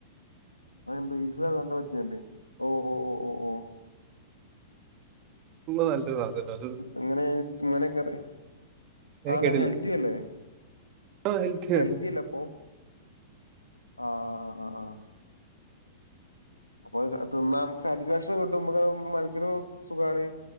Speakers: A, on the left (about 85°); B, on the right (about 35°).
A: <unintelligible> ഓ ഓ ഓ
B: ഫുള്ള് നല്ലൊര് ഭാഗല്ലത്
A: അങ്ങനെ ഇങ്ങനെക്കറി
B: ഞാൻ
A: ആള്
B: കേട്ടില്ല
A: ഹെൽത്തിയല്ലേ
B: ആ ഹെൽത്തിയാണ്
A: ഹെൽത്തില്ലപ്പൊ ആഹ് ആഹ് ആഹ് ആഹ് അപ്പൊ തിന്നാം സാറ്റിസ്ഫാക്ഷൻ കിട്ടും മ്മക്ക് മനസ്സിനു സുഖാണ്